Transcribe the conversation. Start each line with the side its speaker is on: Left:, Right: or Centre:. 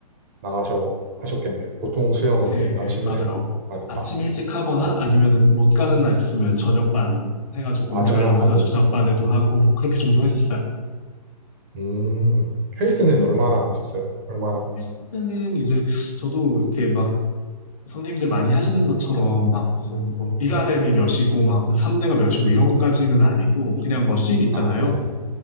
Right: 나가셔, 하셨겠네요. 보통 수영은
Left: 예,
Right: 이제 아침
Left: 맞아요.
Right: 일찍 하니까,
Left: 아침 일찍 하거나
Right: 아,
Left: 아니면은 못 가는 날 있으면 저녁반 해가지고
Right: 아,
Left: 옮겨달라고
Right: 저녁 반도,
Left: 해가지고 저녁반에도
Right: 아,
Left: 하고, 그렇게 종종 했었어요.
Right: 음, 헬스는 얼마나 하셨어요? 얼마나?
Left: 헬스는 이제 저도 이렇게 막 선생님들 많이 하시는 것처럼 막 무슨 뭐 1RM이
Right: 네.
Left: 몇이고 막 3대가 몇이고 이런 것까지는 아니고, 그냥 머신 있잖아요.
Right: 아, 그냥 이제,